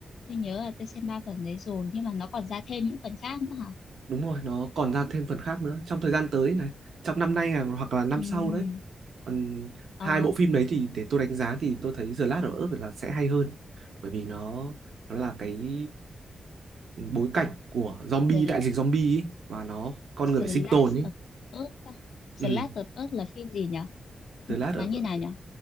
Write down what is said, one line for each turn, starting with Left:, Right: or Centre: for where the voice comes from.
Left: tôi nhớ là tôi xem 3 phần đấy rồi nhưng mà nó còn ra thêm những phần khác nữa hả?
Right: đúng rồi nó còn ra thêm phần khác nữa trong thời gian tới này trong năm nay à, hoặc là năm
Left: Ừ.
Right: sau đấy còn hai
Left: Ờ
Right: bộ phim đấy thì để tôi đánh giá thì tôi thấy The Last of Us là sẽ hay hơn bởi vì nó nó là cái bối cảnh của zombie
Left: The,
Right: đại dịch zombie ấy, và nó con người
Left: The
Right: phải sinh tồn
Left: Last
Right: ấy
Left: of Us. à?
Right: ừ,
Left: The Last of Us là phim gì nhỉ?
Right: The
Left: N-
Right: Last
Left: Nó
Right: of
Left: như
Right: Us
Left: nào nhỉ?